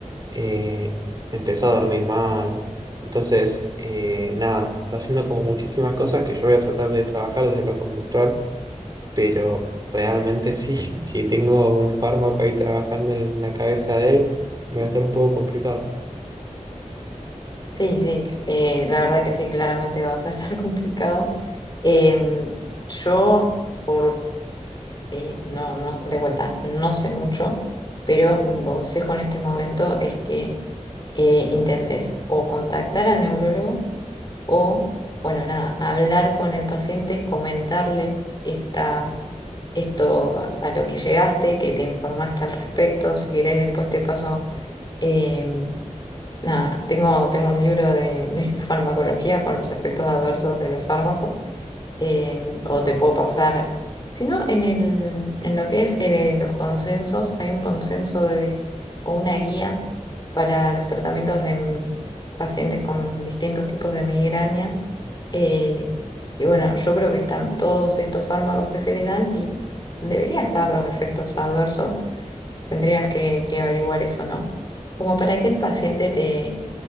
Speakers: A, on the right; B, on the left.
A: eh, empezó a dormir mal. Entonces, eh, nada, está haciendo como muchísimas cosas que yo voy a tratar de trabajar desde lo conductual pero realmente sí, <laughs> si tengo un fármaco ahí trabajando en la cabeza de él, va a estar un poco complicado.
B: Sí, sí, eh, la verdad que sí, claramente <laughs> vas a estar <laughs> complicado. Em, yo, por, eh, no, no, de vuelta, no sé mucho, pero mi consejo en este momento es que eh, intentes o contactar al neurólogo o, bueno, nada, hablar con el paciente, comentarle esta esto a, a lo que llegaste, que te informaste al respecto. Si querés, después te paso. eh, nada, tengo, tengo un libro de, de <laughs> farmacología con los efectos adversos de los fármacos em, o te puedo pasar. sino en el, en lo que es eh, los consensos, hay un consenso de, o una guía para los tratamientos de m- pacientes con distintos tipos de migraña. eh, y bueno, yo creo que están todos estos fármacos que se les dan y debería estar los efectos adversos. Tendrías que, que averiguar eso, ¿no? Como para que el paciente te